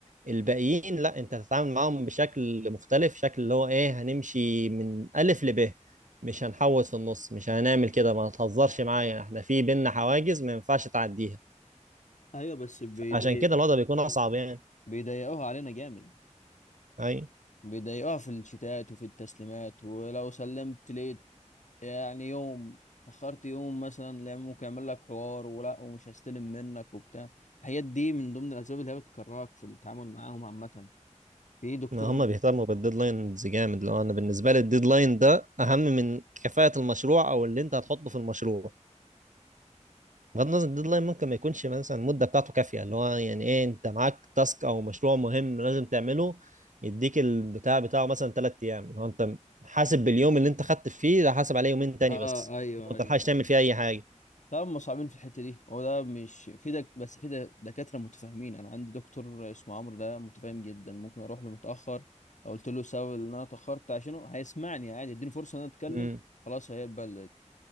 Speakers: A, on the right; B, on the left.
A: الباقيين لا انت تتعامل معاهم بشكل مختلف شكل اللي هو ايه هنمشي من الف لب مش هنحوط في النص مش هنعمل كده ما تهزرش معايا احنا في بينا حواجز ما ينفعش تعديها
B: أيوة بس بيضايق
A: عشان كده الوضع بيكون اصعب يعني
B: بيضايقوها علينا جامد
A: اي
B: بيضايقوها في الشتات وفي التسليمات ولو سلمت ليه يعني يوم تأخرت يوم مثلا لا ممكن يعمل لك حوار ولا ومش هستلم منك وبتاع الحاجات دي من ضمن الأسباب اللي هي بتكرهك في التعامل معاهم عامة في دكتور
A: ما هم بيهتموا بالديدلاينز جامد لو انا بالنسبه لي الديدلاين ده اهم من كفاءه المشروع او اللي انت هتحطه في المشروع بغض النظر الديدلاين ممكن ما يكونش مثلا المده بتاعته كافيه اللي هو يعني ايه انت معاك تاسك او مشروع مهم لازم تعمله يديك البتاع بتاعه مثلا ثلاث ايام اللي هو انت حاسب باليوم اللي انت خدت فيه ده حاسب عليه يومين تاني
B: اه
A: بس
B: ايوه
A: ما
B: ايوه
A: تلحقش تعمل فيه اي حاجه
B: طب هم صعبين في الحتة دي هو ده مش في دك... بس في دك- دكاترة متفاهمين أنا عندي دكتور اسمه عمرو ده متفاهم جدا ممكن أروح له متأخر لو قلت له سبب إن أنا اتأخرت عشانه هيسمعني عادي يديني فرصة إن أنا أتكلم
A: امم
B: خلاص هيقبل